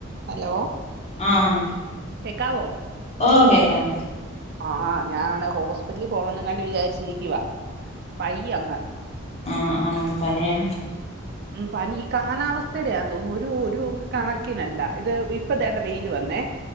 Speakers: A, on the right; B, on the left.
A: Hello
B: ആഹ്
A: കേക്കാവോ?
B: ഓ കേക്കാം
A: ആഹ് ഞാനാണേ ഹോസ്പിറ്റലിൽ പോണംന്ന് കണ്ട് വിചാരിച്ചിരിക്കുവാ വയ്യ അങ്ങ്
B: ആഹ് ആഹ് പനിയാ?
A: ഉ പനി ഈ കാലാവസ്ഥയുടെ യാൻ തോന്നുന്നു ഒരു ഒരു കണക്കിനല്ല ഇത് ഇപ്പൊ
B: ഉം
A: തേണ്ട വെയില് വന്നേ